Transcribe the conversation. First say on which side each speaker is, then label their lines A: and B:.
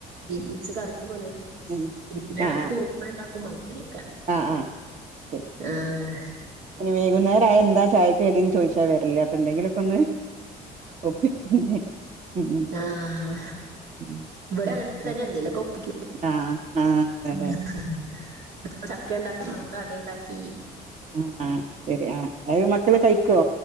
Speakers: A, on the right (about 80°); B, on the right (about 45°).
A: ഗ്രീൻ പീസ് കറിയ പോലാക്കി
B: ആഹ്
A: പിന്നെ കുറുമ ഉണ്ടാക്കും പോ അങ്ങനെയൊക്കെ.
B: അ ആഹ് ആഹ് ശരി
A: ആഹ്.
B: ഇനി വൈകുന്നേരായ എന്താ ചായക്ക് തടീന്ന് ചോദിച്ചാ വരല് അപ്പൊ എന്തെങ്കിലൊക്കെ ഒന്ന്. ഒപ്പിക്കന്നെ ഉം.
A: ആഹ്.
B: ഉം
A: ഇവിടെങ്ങൻ
B: ഉം
A: തന്നെ
B: അതെ അതെ.
A: ന്തെലൊക്കെ കൊപ്പിക്ക
B: ആഹ് ആഹ് അതെ
A: ഉം.
B: അതെ അതെ
A: അപ്പ ചക്ക ഉണ്ടാക്കുന്ന കൂടെ അട ഇണ്ടാക്കി.
B: ഹ്മ് ആഹ് ശരി ആ അത് മക്കള് കയ്ക്കോ